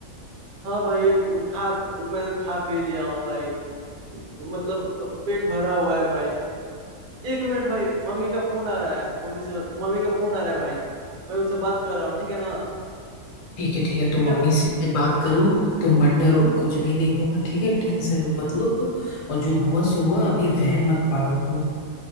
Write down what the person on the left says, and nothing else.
ठीक है ठीक है तुम
मम्मी
से बात करो तुम मत डरो कुछ भी नहीं होगा ठीक है टेंशन मत लो और जो हुआ सो हुआ अभी वहम मत पालो अपना